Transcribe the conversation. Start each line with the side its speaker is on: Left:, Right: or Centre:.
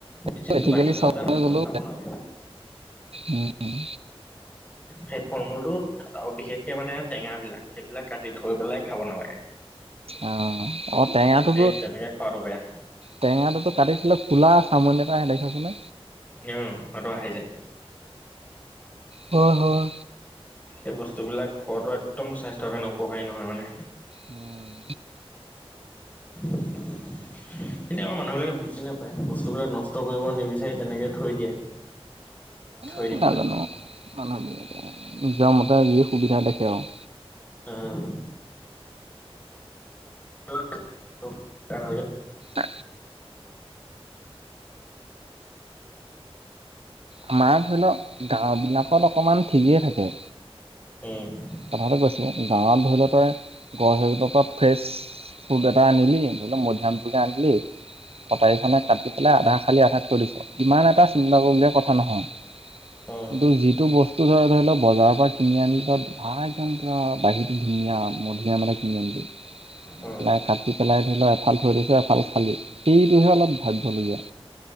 Left: এচিড
Right: প্ৰেক্টিকেলি
Left: টো বাঢ়ি গলে
Right: চাবলৈ
Left: তাত সেইতো
Right: গ'লো
Left: খাব নালাগে।
Right: উম
Left: সেই ফল মূলটোত বিশেষকে মানে টেঙা বিলাক সেইবিলাক কাটি থৈ পেলাই খাব নালাগে।
Right: অ', অ' টেঙাটোতো
Left: সেই তেনেকে খোৱাটো বেয়া
Right: টেঙাটোতো কাটিছিলে, ক'লা চামনি এটা আহে দেখাইছোনে?
Left: উ, সেইটো আহি যায়।
Right: হয় হয়।
Left: সেই বস্তুবিলাক খোৱাটো একদম স্বাস্থ্যৰ কাৰণে উপকাৰী নহয় মানে।
Right: উম।
Left: এতিয়া আমাৰ মানুহবিলাকে বুজ বুজি নাপায়, বস্তুবিলাক নষ্ট কৰিব নিবিচাৰি তেনেকে থৈ দিয়ে। থৈ
Right: এই
Left: দি
Right: নাজানো, মানুহবিলাকে নিজৰ মতে যি সুবিধা দেখে আৰু।
Left: উম। <unintelligible>
Right: আ আমাৰ ধৰি ল' গাঁওবিলাকত অকণমান ঠিকেই থাকে।
Left: উম।
Right: কথাটো কৈছোঁ গাঁৱত ধৰি ল' তই গছ হেৰিৰপৰা ফ্ৰেছ চুট এটা আনিলি, ধৰি ল' মধ্যাহ্নটোকে আনিলি কটাৰীখনে কাটি পেলাই আধা খালি আধা থৈ দিছ, ইমান এটা চিন্তা কৰিবলগীয়া কথা নহয়।
Left: উম
Right: কিন্তু যিটো বস্তু ধৰ ধৰি ল' বজাৰৰপৰা কিনি আনি তাত বা একদম পূৰা বাহিৰটো ধুনীয়া মধুৰি আম এটা কিনি আনিলি
Left: উম
Right: নাই কাটি পেলাই ধৰি ল' এফাল থৈ দিছ এফাল খালি, সেইটোহে অলপ ভাবিবলগীয়া।